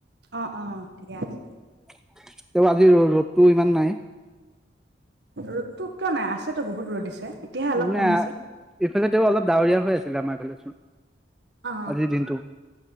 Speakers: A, on the right (about 70°); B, in the centre.
A: অ অ ঠিকে আছে
B: তেওঁ আজি ৰ ৰ'দত ইমান নাই
A: ৰ'দতো কিয় নাই আছেতো বহুত ৰ'দ দিছে এতিয়াহে অলপ
B: ন
A: কমিছে
B: ইফালে অলপ ডাাৱৰীয়া হৈ আছে মাৰছো
A: অ
B: আজিৰ দিনটো